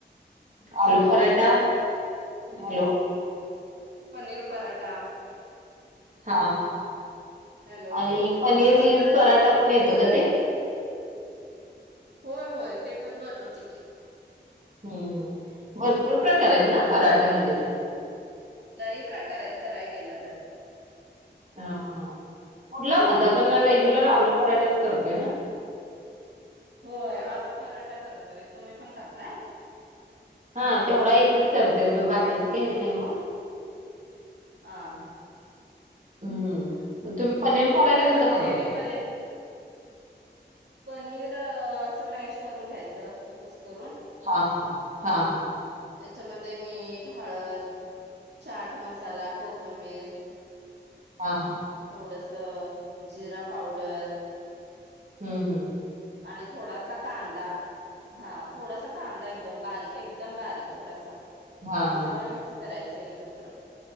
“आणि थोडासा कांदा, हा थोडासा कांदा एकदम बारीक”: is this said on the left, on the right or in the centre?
Right